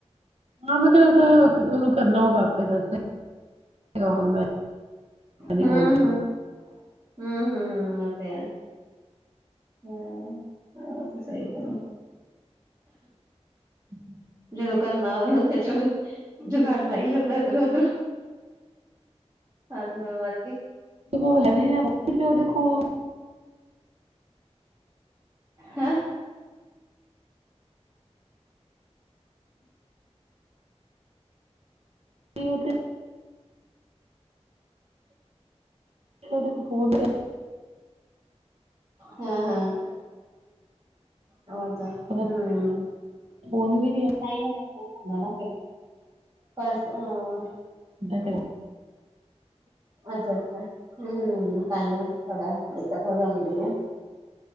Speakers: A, on the right (about 60°); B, on the right (about 35°).
A: ਹਾਂ ਮੈਂ ਤੇ ਉਹਨੂੰ ਕਰਨਾ ਹੋਊਗਾ ਆਪੇ ਦੱਸੇ ਗਾ ਹੁਣ ਮੈਂ ਨੀ
B: ਹਮ
A: ਬੋਲਦੀ
B: ਹਮ ਹਮ ਹਮ ਮ ਤੇ ਹਮ ਉਹ ਤੇ ਸਹੀ ਗੱਲ
A: ਹਮ
B: ਜਦੋਂ ਕਰਰਨਾ ਹੋਵੇ ਉਹ ਕਿਰੋਂ ਜੁਗਾੜ ਲਾਈ ਜਾਂਦਾ ਇੱਧਰੋਂ ਉੱਧਰੋਂ ਸਜ ਹੋ ਵਰਗੀ
A: ਦੇਖੋ ਦੇਖੋ
B: ਹਮ
A: ਵੀ ਉੱਥੇ ਉਹ ਫੋਨ
B: ਹਮ ਹਮ ਹੋ ਤਾਂ ਹਮਹੀ
A: ਫੋਨ ਫੋਨ ਵੀ ਨੀ
B: ਹੋ ਜਾਂਦਾ ਨਾ ਫਿਰ ਬਸ ਹਾਂ
A: ਦਾ
B: ਅੱਛਾ ਅੱਛਾ ਹਮ ਤਾਂਹੀ ਥੋੜਾ ਦਿੱਕਤ ਹੋ ਜਾਂਉਦੀ ਹੈ